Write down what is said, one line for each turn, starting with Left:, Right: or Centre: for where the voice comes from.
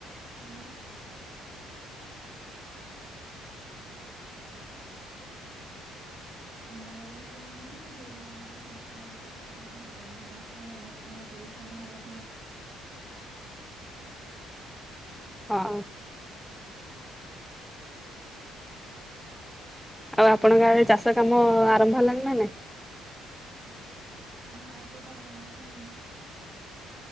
Right: ହଁ ବା। ମିନା ବଜାର ହବ ମାନେ ଝିଅ ବୋହୁ ମାନଙ୍କର ପାଞ୍ଚ ଟଙ୍କଆ ଦୋକାନ ପାଖରେ ଭିଡ ଜମିଥାଏ। ପାଞ୍ଚ ଟଙ୍କିଆ ଦଶ ଟଙ୍କା ତିରିଶ ତିରିଶ ଟଙ୍କିଆ ହରେକ ମାଲ।
Centre: <inaudible> ହଁ। ଆଉ ଆପଣଙ୍କ ଆଡେ ଚାଷ କାମ ଆରମ୍ଭ ହେଲାଣି ନା ନାଇଁ।
Right: ନାଁ ଏପଟେ ଆରମ୍ଭ ହେଇନି।